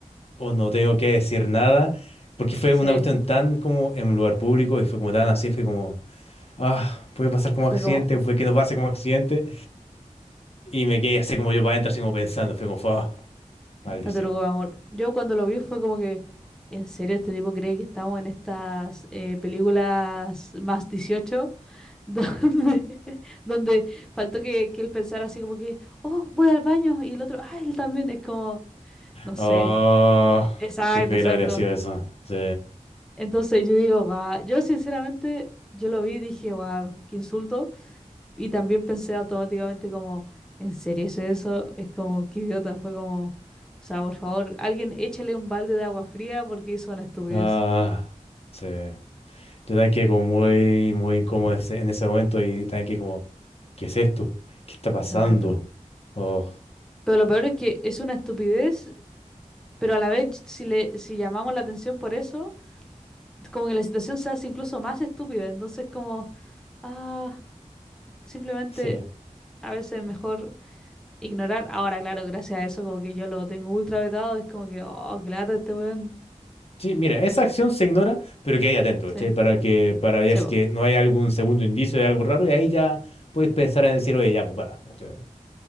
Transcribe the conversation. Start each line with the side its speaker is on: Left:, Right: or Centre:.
Left: o no tengo que decir nada? Porque fue
Centre: Sí.
Left: una cuestión tan como en un lugar público y fue como tan así, fue como, ah, puede pasar como
Centre: Fue
Left: accidente,
Centre: como,
Left: fue que no pase como accidente. Y me quedé así como yo para adentro, así como pensando, fue como, ah, maldición.
Centre: No te preocupes, amor. Yo cuando lo vi fue como que, en serio, este tipo cree que estamos en estas eh, películas más 18 <laughs> donde, donde faltó que, que él pensara así como que, oh, voy al baño, y el otro, ah, él también, es como, no sé.
Left: Ah,
Centre: Exacto,
Left: qué feo
Centre: exacto.
Left: habría sido eso. Sí.
Centre: Entonces yo digo, guau, yo sinceramente, yo lo vi y dije, guau, qué insulto. Y también pensé automáticamente como, ¿en serio hice eso? Es como, qué idiota, fue como, o sea, por favor, alguien échale un balde de agua fría porque hizo una estupidez.
Left: Ah, sí. Yo también quedé como muy, muy incómodo en ese en ese momento y también que como, ¿qué es esto? ¿Qué está pasando?
Centre: Exacto.
Left: Oh,
Centre: Pero lo peor es que es una estupidez, pero a la vez si le, si llamamos la atención por eso, como que la situación se hace incluso más estúpida. Entonces como, ah, simplemente
Left: sí.
Centre: a veces es mejor ignorar. Ahora, claro, gracias a eso como que yo lo tengo ultra vetado, es como que, oh, qué lata este weón.
Left: Sí, mira, esa acción se ignora, pero que hay atento,
Centre: Sí,
Left: ¿cachai? Para que, para ver
Centre: se
Left: si que no hay algún segundo indicio de algo raro y ahí ya puedes pensar en decir, oye, ya, pues para, ¿cachai?